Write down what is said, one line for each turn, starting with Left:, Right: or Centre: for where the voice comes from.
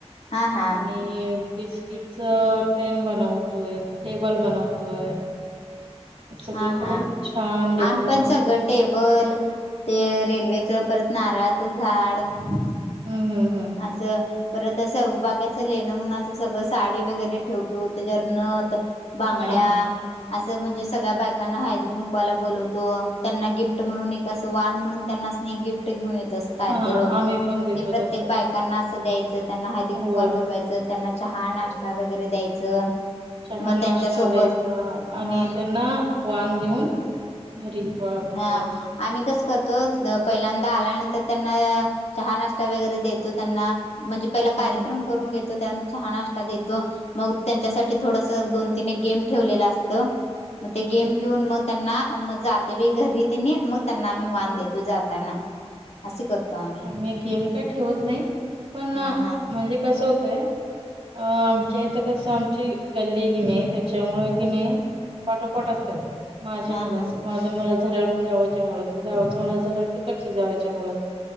Left: हा हा
Right: आणि बिस्किट तिथं, ट्रेन बनवतोय, टेबल बनवतोय सगळं
Left: हा
Right: करून
Left: हा
Right: छान डेकोरेशन
Left: आम्ही पण, सगळं
Right: करून
Left: टेबल ते रेल्वेच परत नारळाचं झाड
Right: हम्म हम्म हम्म
Left: असं परत असं, उभा कसा लेणं म्हणून असं सगळं साडी वगैरे ठेवतो, त्याच्यावर नत बांगड्या,,
Right: हा
Left: असं म्हणजे, सगळ्या बायकांना हळदी कुंकवायला बोलवतो, त्यांना गिफ्ट म्हणून एक असं वान म्हणून त्यांना गिफ्ट घेऊन येत, अस काय
Right: हा
Left: तर
Right: आम्ही पण देतो
Left: ते, प्रत्येक
Right: तसं
Left: प्रत्येक बायकांना असं द्यायचं, त्यांना हळदी कुंकॉल
Right: होय.
Left: बोलवायचं त्यांना चहा नाश्ता वगैरे द्यायचं
Right: चहा
Left: मग
Right: नाश्ता
Left: त्यांच्यासोबत
Right: द्यायचा आणि,
Left: हम
Right: त्यांना वान देऊन घरी पाठवायचं.
Left: हा आम्ही कस करतो, पहिल्यांदा आल्यानंतर त्यांना, चहा नाश्ता वगैरे देतो त्यांना म्हणजे पहिला
Right: हम्म
Left: कार्यक्रम करून घेतो, त्यांना चहा नाष्ट देतो मग त्यांच्यासाठी थोडास दोन, तीन, एक गेम ठेवलेला असत मग
Right: हम्म
Left: ते गेम
Right: हम्म
Left: घेऊन मग त्यांना मग जात. तेवेळी घरी त्यानि, मग त्यांना आम्ही वान देतो जाताना असे करतो आम्ही.
Right: मी गेम काय ठेवत नाही. पण,
Left: हा हा
Right: म्हणजे कसं होतंय अ आमच्या इथं कसं आमची गल्ली हाय कनी, त्याच्यामुळे कि नाही. पाठोपाठ असतात. माझ्या
Left: हा
Right: मुलाच.
Left: हा
Right: माझं मुला झाल्यावर, जावयच्या मुलाचं, जावच मुला झाल्यावर, तिकडच्या जावयच्या मुलाचं.